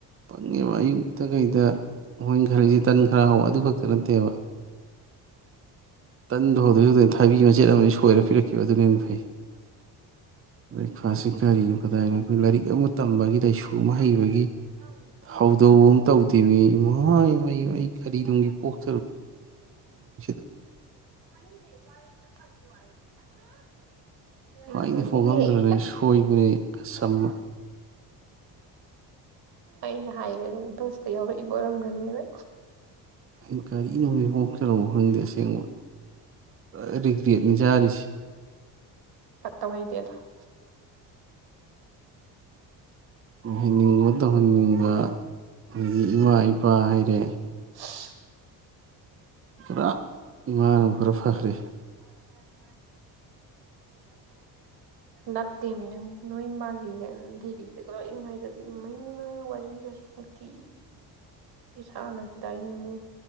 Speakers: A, on the right (about 30°); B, on the right (about 60°).
A: ꯄꯪꯉꯦꯕ ꯑꯌꯨꯛꯇ ꯀꯩꯗ ꯃꯣꯏ ꯈꯔꯁꯤꯦ ꯇꯟ ꯈꯔ ꯍ ꯑꯗꯨ ꯈꯛꯇ ꯅꯠꯇꯦꯕ ꯇꯟꯗꯨ ꯍꯧꯧꯗꯣꯛ ꯍꯧꯧꯗꯅ ꯊꯥꯕꯤ ꯃꯆꯦꯠ ꯑꯃ ꯁꯣꯏꯔ ꯄꯤꯔꯛꯈꯤꯕ ꯑꯗꯨꯅꯦꯦꯟꯅ ꯐꯩ ꯕ꯭ꯔꯦꯛꯐꯥꯁꯁꯤ ꯀꯔꯤꯅꯣ ꯀꯗꯥꯏꯅꯣ ꯑꯩꯈꯣꯏ ꯂꯥꯏꯔꯤꯛ ꯑꯃ ꯇꯝꯕꯒꯤ ꯂꯥꯏꯁꯨ ꯑꯃ ꯍꯩꯕꯒꯤ
B: <unintelligible>
A: ꯍꯧꯗꯧꯕ ꯑꯃ ꯇꯧꯗꯦꯃꯤ ꯏꯃꯥ ꯑꯩ ꯀꯔꯤꯗꯅꯨꯡꯒꯤ ꯄꯣꯛ <unintelligible>
B: <unintelligible>
A: <unintelligible>
B: ꯑꯩ ꯅꯣꯛꯅꯤꯡꯉꯦ ꯑꯩꯅ ꯍꯥꯏꯔꯦꯗ ꯕꯁꯇ ꯌꯥꯎꯔꯛꯏꯕ ꯑꯣꯏꯔꯝꯒꯅꯤꯅ
A: ꯑ ꯀꯒꯥꯔꯤꯅꯣꯖꯤꯐꯥꯎ ꯀꯅꯣ ꯈꯪꯗꯦ ꯑꯁꯦꯡꯕ ꯄꯨꯔꯥ ꯔꯤꯒ꯭ꯔꯦꯠꯅꯤ ꯆꯥꯔꯤꯁꯦ
B: ꯇꯧꯍꯩꯗꯦꯗ
A: ꯑꯣꯏꯍꯟꯅꯤꯡꯕ ꯇꯧꯍꯟꯅꯤꯡꯕ ꯑꯗꯤ ꯏꯃꯥ ꯏꯄꯥ ꯍꯥꯏꯔꯦ
B: <unintelligible>
A: ꯄꯨꯔꯥ ꯏꯃꯥꯟꯅ ꯈꯔꯥ ꯐꯈ꯭ꯦ
B: <unintelligible> ꯅꯠꯇꯦꯅꯦ ꯅꯪ ꯅꯣꯏ ꯏꯃꯁꯤꯒ ꯗꯦꯜꯂꯤꯗꯒ ꯂꯥꯛꯔꯤꯉꯩꯗꯗꯤ ꯏꯃꯩꯅ ꯋꯥꯔꯤꯒꯁꯦ ꯅꯨꯡꯇꯤ ꯁꯥꯟꯅꯈꯤꯗꯥꯏꯅꯦꯃꯤ